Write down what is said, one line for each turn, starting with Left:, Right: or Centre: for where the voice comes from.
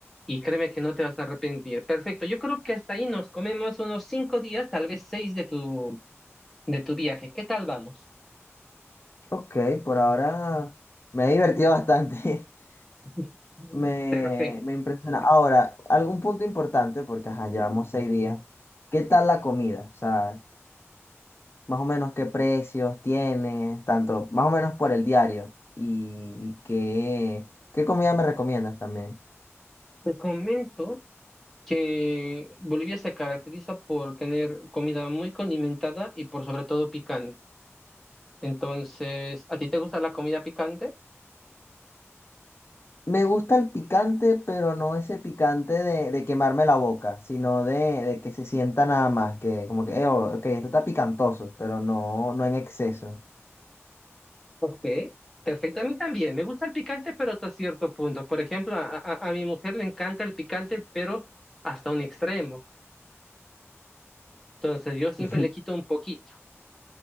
Centre: y créeme que no te vas a arrepentir. Perfecto. Yo creo que hasta ahí nos comemos unos cinco días, tal vez seis de tu, de tu viaje. ¿Qué tal vamos?
Left: Ok, por ahora me he divertido bastante. <laughs>
Centre: <laughs>
Left: Me,
Centre: Perfecto.
Left: me impresiona. Ahora, algún punto importante, porque ajá, llevamos seis días. ¿Qué tal la comida? O sea, más o menos qué precios tiene, tanto, más o menos por el diario. Y, y qué, qué comida me recomiendas también.
Centre: Te comento. que Bolivia se caracteriza por tener comida muy condimentada y por sobre todo picante. Entonces, ¿a ti te gusta la comida picante?
Left: Me gusta el picante, pero no ese picante de, de quemarme la boca, sino de, de que se sienta nada más, que como que, eh, oh, ok, esto está picantoso, pero no, no en exceso.
Centre: Ok, perfecto. A mí también, me gusta el picante, pero hasta cierto punto. Por ejemplo, a, a- a mi mujer le encanta el picante, pero hasta un extremo. Entonces, yo siempre
Left: <laughs>
Centre: le quito un poquito.